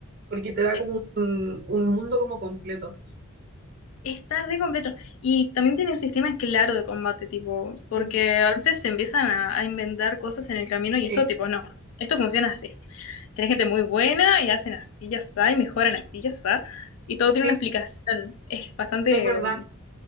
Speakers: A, on the right; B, on the left.
A: Porque te da
B: sí.
A: como un, un mundo como completo.
B: Está re completo. Y también tiene un sistema claro de combate, tipo,
A: Sí,
B: porque a veces se empiezan a, a inventar cosas en el camino
A: sí,
B: y esto, tipo, no, esto funciona así. Tenés gente muy buena y hacen así y asá y mejoran así y asá. Y todo tiene
A: sí,
B: una explicación. Es bastante,
A: es verdad.